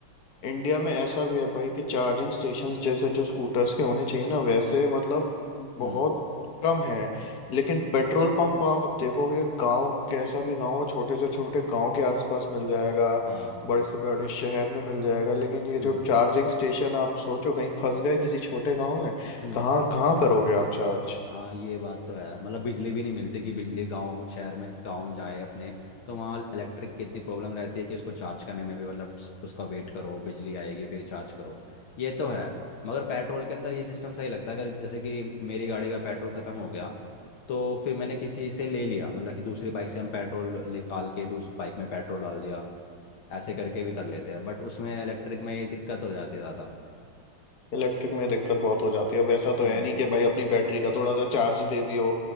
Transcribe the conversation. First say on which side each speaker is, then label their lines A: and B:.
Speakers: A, on the left; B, on the left.
A: इंडिया में ऐसा भी है भाई कि चार्जिंग स्टेशंस जैसे जो स्कूटर्स के होने चाहिए ना वैसे मतलब बहुत
B: हम्म
A: कम है लेकिन पेट्रोल पंप आप देखोगे गांव कैसा भी गांव हो छोटे से छोटे गांव के आसपास मिल जाएगा
B: हाँ
A: बड़े से बड़े शहर में मिल जाएगा लेकिन ये जो
B: हम्म
A: चार्जिंग स्टेशन आप सोचो कहीं फंस गए किसी छोटे गांव में
B: हम्म
A: कहाँ कहाँ करोगे आप चार्ज
B: हाँ ये बात तो है मतलब बिजली भी नहीं मिलती कि बिजली गांव शहर में गांव जाए अपने तो वहाँ इलेक्ट्रिक की इतनी प्रॉब्लम रहती है कि उसको चार्ज करने में भी मतलब स- उसका वेट करो बिजली आएगी फिर चार्ज करो ये तो है मगर पेट्रोल के अंदर ये सिस्टम सही लगता है अगर जैसे कि मेरी गाड़ी का पेट्रोल खत्म हो गया तो फिर मैंने किसी से ले लिया मतलब कि दूसरी बाइक से हम पेट्रोल निकाल के तो उस बाइक में पेट्रोल डाल दिया ऐसे करके भी कर लेते हैं बट उसमें इलेक्ट्रिक में ये दिक्कत हो जाती है ज़्यादा
A: इलेक्ट्रिक में दिक्कत बहुत हो जाती है अब ऐसा तो
B: हम्म
A: है नहीं कि भाई अपनी बैटरी का थोड़ा सा चार्ज दे दियो